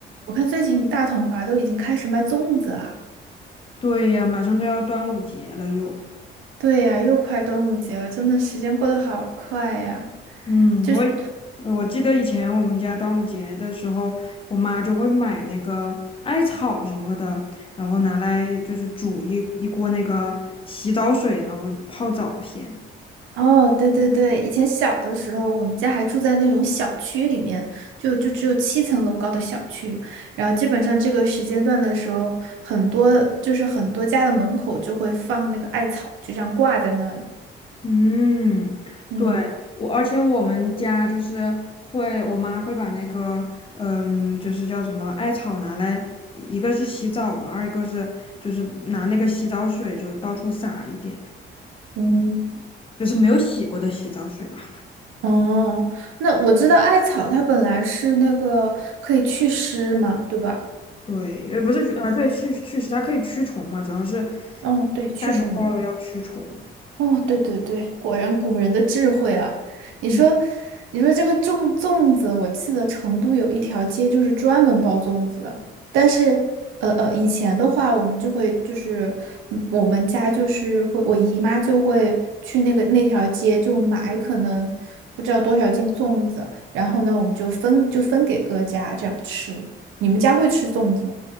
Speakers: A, on the right (about 85°); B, on the left (about 25°).
A: 我看最近大统华都已经开始卖粽子了。
B: 对呀，马上就要端午节了又。
A: 对呀，又快端午节了，真的时间过得好快呀。
B: 嗯，
A: 就是，
B: 我以我记得以前我们家端午节的时候，我妈就会买那个艾草什么的，然后拿来就是煮一一锅那个洗澡水，然后泡澡先。
A: 哦，对对对，以前小的时候，我们家还住在那种小区里面，就就只有七层楼高的小区，然后基本上这个时间段的时候，很多就是很多家的门口就会放那个艾草，就这样挂在那里。
B: 嗯，
A: 嗯
B: 对，我，而且我们家就是会，我妈会把那个，嗯，就是叫什么艾草拿来，一个是洗澡嘛，二一个是就是拿那个洗澡水就到处撒一点。
A: 嗯。
B: 就是没有洗过的洗澡水啊。
A: 哦，那我知道艾草它本来是那个可以祛湿嘛，对吧？
B: 对，也不是去啊，对，去去湿，它可以驱虫嘛，主要是
A: 哦，对，驱虫。
B: 夏天到了要驱虫。
A: 哦，对对对，果然古人的智慧啊！你说，
B: 嗯，
A: 你说这个粽粽子，我记得成都有一条街就是专门包粽子的。但是，呃呃，以前的话，我们就会就是，嗯我们家就是会，我姨妈就会去那个那条街就买可能不知道多少斤粽子，然后呢，我们就分就分给各家这样吃。你们家会吃粽子吗？